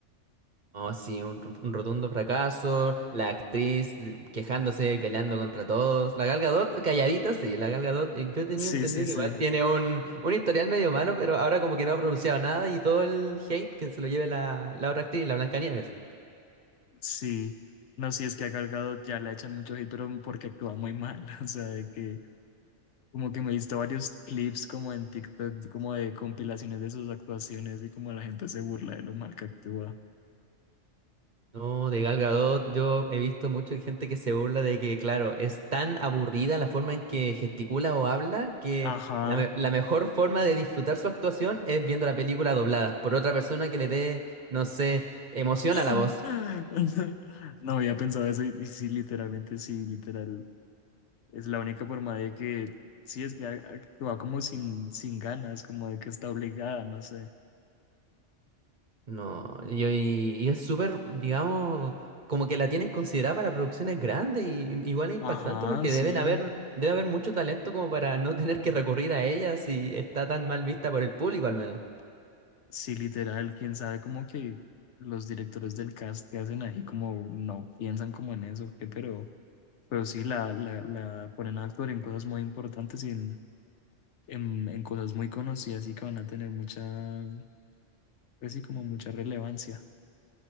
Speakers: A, on the right; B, on the left.
A: Oh, sí, un, r- un rotundo fracaso, la actriz de- quejándose y peleando contra todos, la Gal Gadot calladita, sí, la Gal Gadot, eh, yo tenía
B: Sí,
A: entendido
B: sí,
A: que
B: sí,
A: igual tiene un, un historial medio malo, pero ahora como que no ha pronunciado nada y todo el hate que se lo lleve la, la otra actriz, la Blancanieves.
B: sí. No, sí, es que a Gal Gadot ya la echan mucho hate, pero porque actúa muy mal, <laughs> o sea, de que como que me he visto varios clips como en TikTok, como de compilaciones de sus actuaciones y como la gente se burla de lo mal que actúa.
A: No, de Gal Gadot, yo he visto mucha gente que se burla de que, claro, es tan aburrida la forma en que gesticula o habla que
B: Ajá.
A: la, me- la mejor forma de disfrutar su actuación es viendo la película doblada por otra persona que le dé, no sé, emoción
B: <laughs>
A: a la voz.
B: No había pensado eso y, y sí, literalmente, sí, literal. Es la única forma de que, sí, es que a- actúa como sin, sin ganas, como de que está obligada, no sé.
A: No, yo- y, y es súper, digamos, como que la tienen considerada para producciones grandes y igual es impactante
B: Ajá,
A: porque
B: sí,
A: deben haber, debe haber mucho talento como para no tener que recurrir a ella si está tan mal vista por el público al menos.
B: sí, literal, quién sabe como que los directores del cast que hacen ahí como no piensan como en eso, ¿qué? Pero, pero sí, la, la, la ponen a actuar en cosas muy importantes y en, en, en cosas muy conocidas y que van a tener mucha, pues sí, como mucha relevancia.